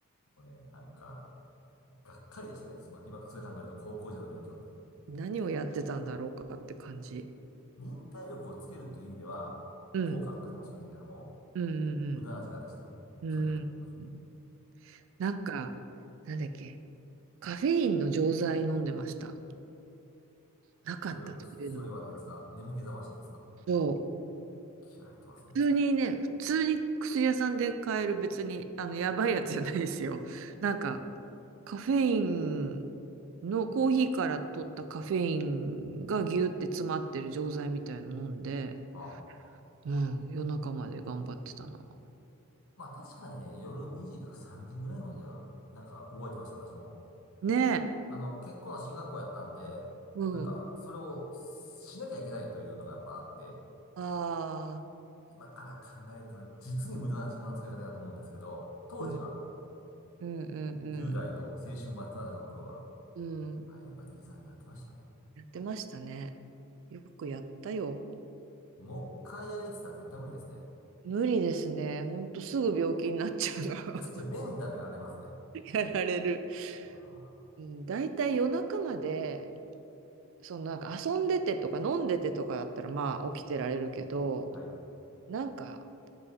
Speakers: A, on the left; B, on the right.
A: もうね、なんか、がっかりでしたね。その、今、それ考えると高校時代の勉強って。
B: 何をやってたんだろうかって感じ。
A: 忍耐力をつけるという意味では、
B: うん。
A: 効果あったかもしれませんけども、
B: うん
A: 無駄な時間でした。
B: うんうん。
A: それでも。
B: うん。うんなんか、なんだっけ。カフェインの錠剤飲んでました。なかったっていうの。
A: それ、それは何ですか眠気覚ましにですか
B: そう。
A: 気合入ってますね。
B: 普通にね、普通に薬屋さんで買える別に、あの、やばいやつじゃないですよ。なんか、カフェインのコーヒーから取ったカフェインがギューって詰まってる錠剤みたいの飲んで、
A: ああ。
B: うん、夜中まで頑張ってたな。
A: まあ確かにね、夜2時か3時ぐらいまでは、なんか覚えてました、私も。
B: ねえ。
A: あの、結構な進学校やったんで、
B: うん。
A: なんか、それをしなきゃいけないというのがやっぱあって、
B: ああ、
A: 今から考えたら実に無駄な時間の使い方だと思うんですけど、当時は、
B: うん、うん、うん、
A: 10代の青春真っ只中の頃は、
B: うん。うん
A: はい、やっぱ2時3時やってましたね。
B: やってましたね。よくやったよ。
A: もう一回やれって言ったら絶対無理ですね。
B: 無理ですね。ほんとすぐ病気になっちゃうの。<laughs>
A: それメンタルやられますね。
B: やられる。
A: あー
B: うん、大体夜中まで、そのなんか遊んでてとか飲んでてとかだったらまあ起きてられるけど、
A: はい。
B: なんか